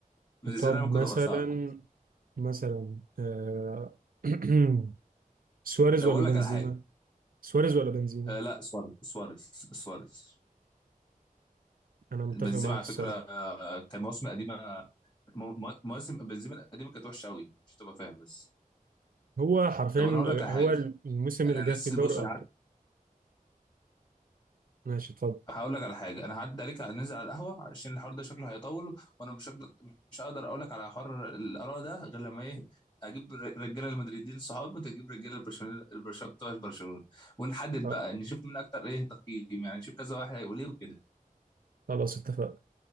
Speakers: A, on the left (about 30°); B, on the right (about 75°).
A: بالنسبه
B: طب
A: لي انا كنت
B: مثلا
A: ابقى صعب
B: مثلا آه <clears throat> سواريز
A: ده
B: ولا
A: بقول
B: بنزيما
A: لك على حاجه
B: سواريز ولا بنزيما
A: آه لا سواريز سواريز سواريز
B: انا متفق
A: بنزيما
B: معاك
A: على
B: الصراحه
A: فكره آه كان مواسم قديمه م- م- مواسم بنزيما القديمه كانت وحشه قوي عشان تبقى فاهم بس
B: هو حرفيا
A: طب انا اقول لك على
B: هو
A: حاجه
B: الموسم
A: انا
B: اللي
A: هنزل
B: جاب فيه دوري
A: بص
B: الابطال ماشي اتفضل
A: هقول لك على حاجه انا هعدي عليك ننزل على القهوه عشان الحوار ده شكله هيطول وانا مش هقدر مش هقدر اقول لك على حوار الاراء ده غير لما ايه اجيب ر- رجاله المدريدين صحابي وانت تجيب رجاله البرشلونه البرشا- بتوع برشلونه ونحدد
B: آه،
A: بقى نشوف مين اكتر ايه تقييم يعني نشوف كذا واحد هيقول ايه وكده
B: خلاص اتفقنا